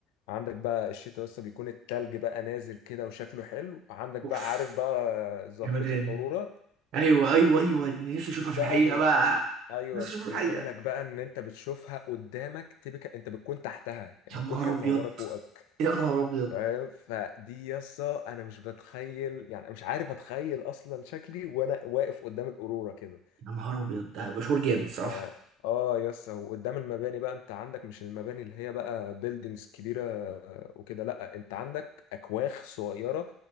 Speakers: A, on the left; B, on the right.
A: عندك بقى الشتاء يا اسطى بيكون التلج بقى نازل كده وشكله حلو عندك بقى
B: اوف
A: عارف بقى ظاهره
B: يا مدام
A: الاورورا
B: ايوه ايوه ايوه اللي نفسي اشوفها
A: دي بقى
B: في الحقيقه بقى
A: ايوه
B: نفسي اشوفها
A: بيقول
B: في الحقيقه
A: لك بقى ان انت بتشوفها قدامك تبقى انت بتكون تحتها بتكون
B: يا نهار
A: هي
B: ابيض
A: منوره فوقك
B: يا نهار ابيض
A: فاهم فدي يسا انا مش بتخيل يعني أنا مش عارف اتخيل اصلا شكلي وانا واقف قدام القروره كده
B: يا نهار ابيض ده هيبقى شعور جامد صراحه
A: ف اه يس وقدام المباني بقى انت عندك مش المباني اللي هي بقى بيلدينجز كبيره آه، وكده لا انت عندك اكواخ صغيره